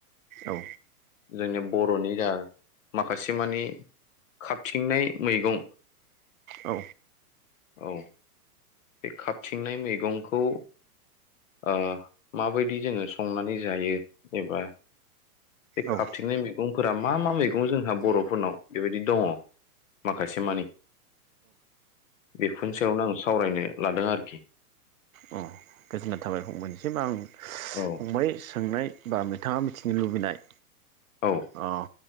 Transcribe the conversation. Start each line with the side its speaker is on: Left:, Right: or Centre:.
Right: औ
Left: जोंनि बर'नि जा माखासे मानि खाबथिंनाय मैगं
Right: औ
Left: औ बे खाबथिंनाय मैगंखौ ओ माबायदि जोङो संनानै जायो एबा बे खाबथिंनाय
Right: औ
Left: मैगंफोरा मा मा मैगं जोंहा बर'फोरनाव बेबायदि दङ माखासे मानि बेफोरनि सायावनो आं सावरायनो लादों आरोखि।
Right: औ गोजोननाय थाबाय फंबायनिसिम आं
Left: औ
Right: फंबाय सोंनाय बा मिथाङा मिथिनो लुबैनाय
Left: औ
Right: अ